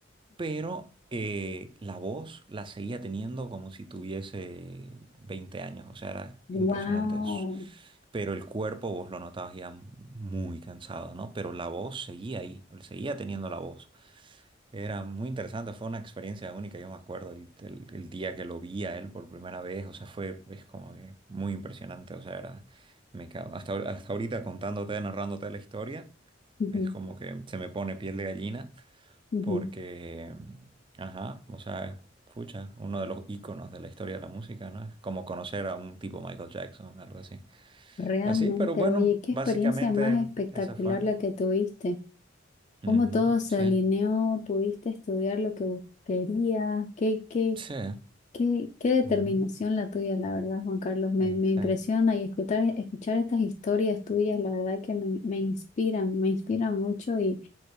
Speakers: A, on the right (about 25°); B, on the left (about 40°).
A: pero eh, la voz la seguía teniendo como si tuviese 20 años, o sea, era
B: Wow.
A: impresionante. Es- Pero el cuerpo vos lo notabas ya muy cansado, ¿no? Pero la voz seguía ahí, él seguía teniendo la voz. Era muy interesante, fue una experiencia única, yo me acuerdo el, el- el día que lo vi a él por primera vez, o sea, fue, es como que muy impresionante, o sea, era, me cago- hasta, hasta ahorita contándote, narrándote la historia,
B: Ujú,
A: es como que se me pone piel de gallina
B: ujú.
A: porque, ajá, o sea, es, pucha, uno de los íconos de la historia de la música, ¿no? Es como conocer a un tipo Michael Jackson, algo así.
B: Realmente,
A: Así, pero bueno,
B: oye, qué
A: básicamente
B: experiencia más espectacular
A: esa fue.
B: la que tuviste.
A: Ujú,
B: Cómo todo se
A: sí,
B: alineó, pudiste estudiar lo que bus- querías, qué, qué,
A: sí,
B: qué, qué determinación
A: ujú,
B: la tuya, la verdad, Juan Carlos. Me,
A: exacto.
B: me impresiona y escuchar, escuchar estas historias tuyas, la verdad que me, me inspiran, me inspiran mucho. Y,